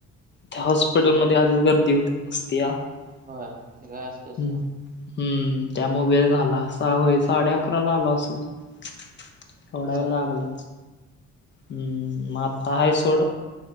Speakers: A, on the left; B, on the right.
A: त्या हॉस्पिटलमध्ये
B: हा हा
A: आधीच गर्दी होती असतीया हम्म.
B: होय ते काय असते सोड
A: हम्म त्यामुळ वेळ झाला सा होय साडे अकराला आलो असल. <unintelligible> लागला
B: बर
A: हम्म मग आता हाय सोड